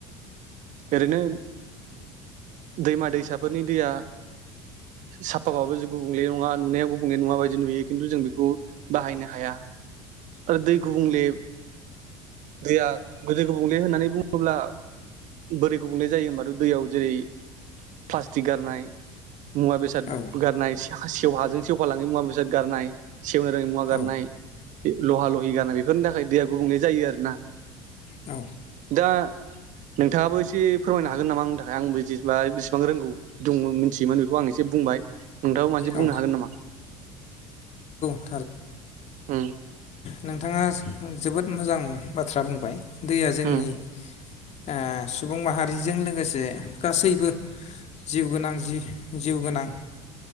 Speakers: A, on the right (about 50°); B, on the left (about 40°).
A: ओरैनो दैमा दैसाफोरनि दैया साफाबाबो जों गुबुंले नङा नुनाया गुबुंले नङा बायदि नुयो खिन्थु जों बे खौ बाहायनो हाया आरो दै गुबुंले दैया गोदो गुबुंले होननानै बुङोब्ला बोरै गुबुंले जायो होनबाथ' दैयाव जेरै प्लास्टिक गारनाय मुवा बेसाद
B: औ
A: गारनायस सेवहाजों सेवफालाङ मुवा बेसाद गारनाय सेवनो रोङै मुवा गारनाय
B: औ
A: बे लहा लहि गारनाय बेफोरनि थाखाय दैया गुबुंले जायो आरोोना
B: औ
A: दा नोंथाङाबो एसे फोरमायनो हागोन नामा आंनि थाखाय आंबो बिदिबा बेसिबां रोंगौ दंमोन मिथियोमोन बेखौ आं एसे बुंबाय नोंथाब मादि
B: औ
A: बुंनो हागोन नामा?
B: <inaudible> ओ
A: उम
B: नोंथाङा जोबोद मोजां बाथ्रा बुंबाय दैया जोंनि
A: उम
B: ओ सुबुं माहारिजों लोगोसे गासैबो जिउ गोनां जि जिउ गोनां